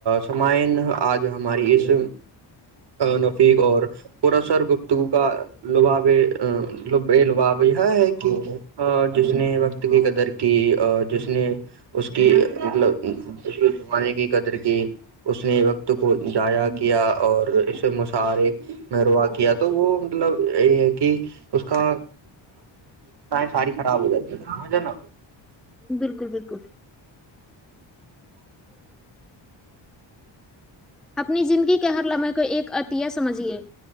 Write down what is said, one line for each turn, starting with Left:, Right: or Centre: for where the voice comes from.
Right: سمائن آج ہماری اس نفیق اور قسر گفتگو کا لبابے لباب یہ ہے کہ جس نے وقت کی قدر کی اور جس نے اس کی مطلب اس کے زمانے کی قدر کی اس نے وقت کو جضایا کیا اور اس سے مشارے محرا کیا تو وہ مطلب یہ ہے کہ اس کا ساری خراب ہو جاتی ہے سمھ نا
Centre: بالکل بالکل اپنی زندگی کے ہر لمحے کو ایک عطیہ سمجھیے